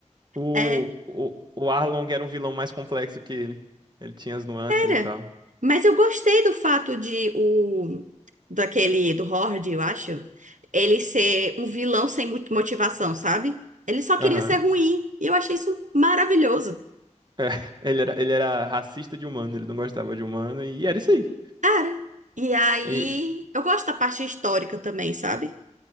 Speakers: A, on the right (about 35°); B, on the right (about 85°).
A: O,
B: É.
A: o, o Arlong era um vilão mais complexo que ele. Ele tinha as nuances
B: Era.
A: e tal.
B: Mas eu gostei do fato de o daquele do Horde, eu acho, ele ser um vilão sem muita motivação, sabe? Ele só queria
A: Aham.
B: ser ruim, e eu achei isso maravilhoso.
A: É, <laughs> ele era, ele era racista de humano, ele não gostava de humano, e era isso aí.
B: Cara, e aí
A: E-
B: eu gosto da parte histórica também, sabe?